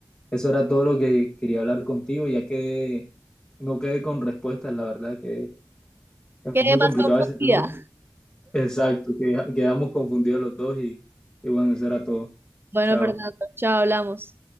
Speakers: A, on the left; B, on the right.
A: Eso era todo lo que quería hablar contigo, ya que no quedé con respuestas, la verdad que es
B: Quedé
A: muy
B: más
A: complicado
B: confundida.
A: ese tema. Exacto, que- quedamos confundidos los dos y, y bueno, eso era todo.
B: Bueno,
A: Chao.
B: Fernando, chao, hablamos.